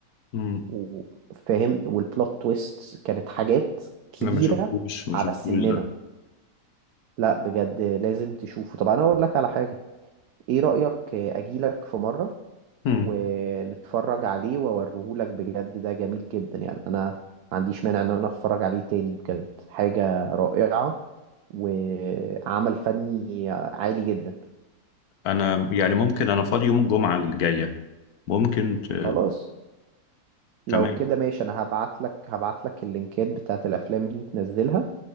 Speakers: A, on the left; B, on the right.
A: امم
B: وفاهم والبلوت تويست كانت حاجات كبيرة
A: انا ما شفتوش ما
B: على
A: شفتوش
B: سننا
A: ده
B: لا بجد لازم تشوفه طب انا اقول لك على حاجة ايه رأيك آه، اجيلك في مرة
A: امم
B: ونتفرج عليه واوريهولك بجد ده جميل جدا يعني انا ما عنديش مانع ان انا اتفرج عليه تاني بجد حاجة رائعة وعمل فني عالي جدا
A: انا يعني ممكن انا فاضي يوم الجمعة الجاية ممكن ت...
B: خلاص لو
A: تمام
B: كده ماشي انا هبعت لك هبعت لك اللينكات بتاعت الافلام دي تنزلها